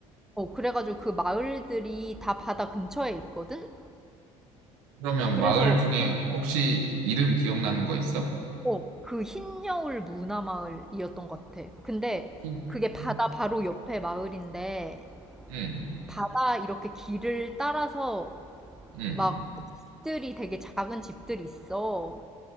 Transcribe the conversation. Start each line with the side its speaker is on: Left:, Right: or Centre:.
Centre: 어, 그래가지고 그 마을들이 다 바다 근처에 있거든?
Right: 그러면
Centre: 그래서
Right: 마을 중에 혹시 이름 기억나는 거 있어?
Centre: 어, 그 흰여울 문화마을이었던 것 같아. 근데
Right: 응,
Centre: 그게 바다
Right: 응,
Centre: 바로 옆에 마을인데
Right: 응.
Centre: 바다 이렇게 길을 따라서
Right: 응.
Centre: 막 집들이 되게 작은 집들이 있어.